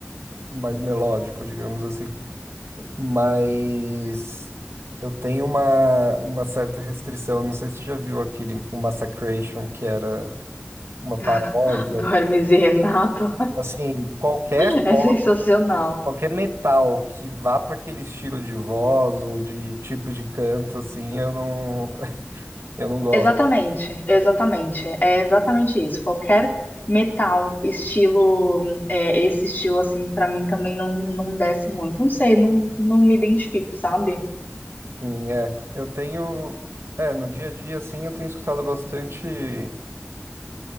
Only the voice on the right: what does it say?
mais melódico, digamos assim. Mas eu tenho uma, uma certa restrição. Não sei se você já viu aquele o Massacration, que era uma paródia.
Assim, qualquer,
ro-
qualquer metal que vá para aquele estilo de voz ou de tipo de canto, assim, eu não, <laughs> eu não gosto.
Assim, é, eu tenho. É, no dia a dia, assim, eu tenho escutado bastante